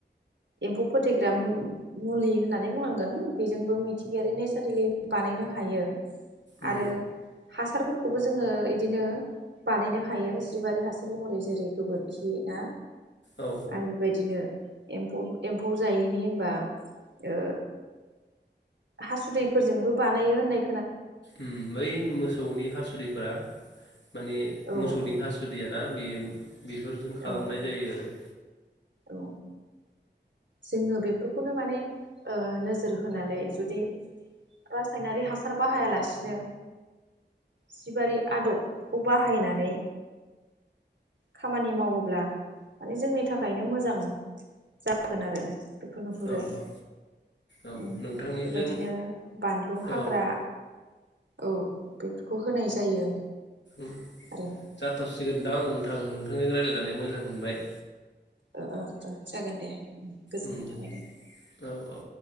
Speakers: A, on the right (about 80°); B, on the left (about 70°).
A: एम्फौ फोथैग्रा मु मुलि होननानै बुंनांगोन बेजोंबो मिथिंगायारि नेसारेलि बानायनो हा हायो।
B: उम
A: आरो हासारफोर खौबो जोङो इदिनो बानायनो हायो जिबारि हासार महरै जेरै गोबोरखि ना
B: औ
A: आरो बेबायदिनो एम्फौ एम्फौ जायैनि होनबा ओ हासुदैफोरजोंबो बा नायो होननाय
B: उम बै मोसौनि हासुदिफोरा माने
A: औ
B: मोसौनि हासु दैया ना बेयो बेफोरजों खालामनाय
A: औ
B: जायो आरो
A: औ जोङो बेफोरखौनो माने ओ नोजोर हो नानै जुदि रासायनारि हा सार बाहायालासिनो जिबारि आदबखौ बाहायनानै खामानि मावोब्ला माने जोंनि थाखायनो मोजां जा जागोन आरो बेखौ नुहुरो
B: औ औ औ
A: उम
B: नोंथांनिजों
A: बेबायदिनो बानलु हाग्रा
B: औ
A: औ बेफोरखौ होनाय जायो।
B: उम
A: आरो
B: जाथसिगोनदां आं नोंथांजों रायज्लायनानै मोजां मोनबाय।
A: ओ ओ ओ जागोन दे। गोजोननाय
B: उम
A: थाबाय दे
B: औ औ